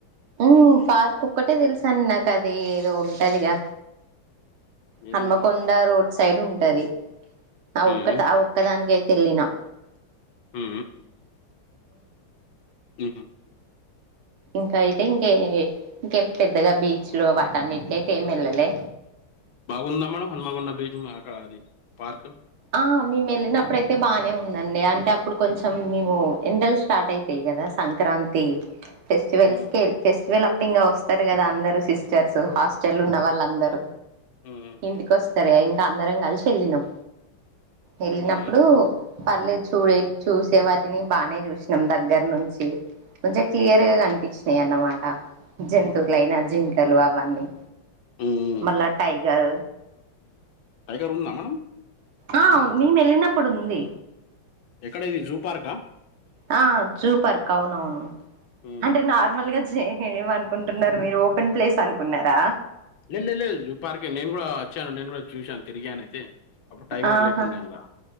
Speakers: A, on the right (about 80°); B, on the left (about 70°).
A: ఊ పార్క్ ఒక్కటే తెలుసాండీ నాకు అది ఏదో ఉంటాదిగా
B: ఏది
A: హన్మకొండ
B: మేడం
A: రోడ్ సైడ్ ఉంటది ఆ
B: హ్మ్
A: ఒక్కటి ఆ ఒ ఒక్క దానికైతే ఎళ్లిన
B: ఊ ఉహు
A: ఇంకయితే ఇంకే ఇంక పెద్దగా బీచ్ లు వాటనిటికైతే ఏం ఎల్లలే
B: బాగుందా మేడం హన్మగొండ బీచ్ అక్కడ అది పార్క్
A: ఆ మేము వెళ్ళినప్పుడయితే బానే ఉందండి అంటే అప్పుడు కొంచెం మేము ఎండలు స్టార్ట్ అయి తాయి కదా సంక్రాంతి ఫెస్టివల్స్
B: హ్మ్
A: కి ఫెస్టివల్ అప్ అప్పుడింగ వస్తారు కదా అందరు సిస్టర్స్ హాస్టల్ లో ఉన్న వాళ్ళు అందరు
B: హ్మ్
A: ఇంటికోస్ సరే ఇంక అందరం కలిసి ఏళ్ళినాం ఏళ్ళినప్పుడు
B: హ్మ్
A: పర్లేదు చూడే చూసే వాటిని బానే చూసినాం దగ్గర నుంచి మంచిగా క్లియర్ గా కనిపించినాయన్నమాట జంతువులైనా జింకలు అవన్నీ
B: హ్మ్
A: మళ్ళా టైగర్
B: టైగర్ ఉందా మనం
A: ఆ మేమేళ్ళినప్పుడుంది
B: ఎక్కడిది జూపార్క్ ఆ
A: ఆ జూ పార్క్ అవునవును
B: హ్మ్
A: అంటే నార్ నార్మల్ గా జే ఏమనుకుంటున్నారు మీరు ఓపెన్ ప్లేస్ అనుకున్నరా
B: లేదు లే లేదు జూ పార్క్ నేను కూడా వచ్చాను నేను కూడా చూశాను తిరిగాను అయితే అప్పుడు టైగర్
A: ఆహా
B: లేకుండా ఎల్లా